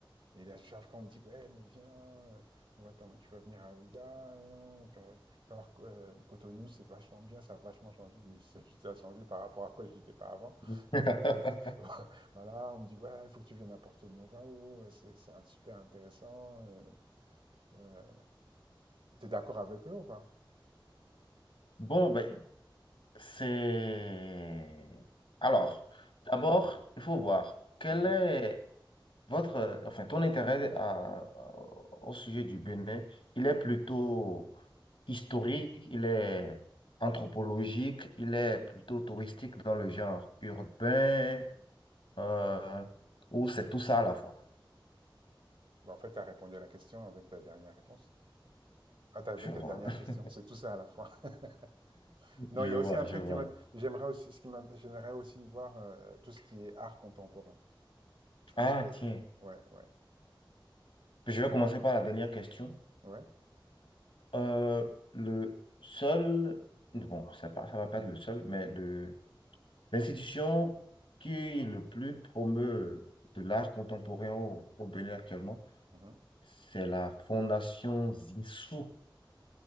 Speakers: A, on the right; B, on the left.
A: Et là, chaque fois, on me dit, ouais, mais viens, euh, on va t'em- tu vas venir à Ouidah, hein, tu vas, tu vas voir euh, Cotonou, c'est vachement bien, ça a vachement changé. Mais ça, ça a changé par rapport à quoi j'étais pas avant.
B: <laughs>
A: Donc, ça, c'est- <laughs> voilà, on me dit, ouais, il faut que tu viennes à Porto Novao, c'est c'est un- super intéressant. euh, euh, t'es d'accord avec eux ou pas?
B: Bon, ben, c'est... Alors, d'abord, il faut voir quel
A: Mhm.
B: est votre, enfin, ton intérêt à- au sujet du Bénin. Il est plutôt historique, il est anthropologique, il est plutôt touristique dans le genre urbain, euh, ou c'est tout ça à la fois.
A: Bah, en fait, tu as répondu à la question avec ta dernière réponse. Ah, t'as- avec
B: Je vois.
A: ta dernière question,
B: <laughs>
A: c'est tout ça à la fois. <laughs> Non,
B: Je
A: il y a
B: vois,
A: aussi un
B: je
A: truc
B: vois.
A: qui m'a- j'aimerais aussi, ce qui m'a- j'aimerais aussi voir euh, tout ce qui est art contemporain. Je pense
B: Ah,
A: que,
B: tiens.
A: ouais, ouais,
B: Je vais commencer par la dernière question.
A: ouais.
B: Euh, le seul, bon, ça, pas- ça va pas être le seul, mais le, l'institution qui le plus promeut de l'art contemporain au, au Bénin actuellement,
A: mhm.
B: c'est la Fondation Zinsou.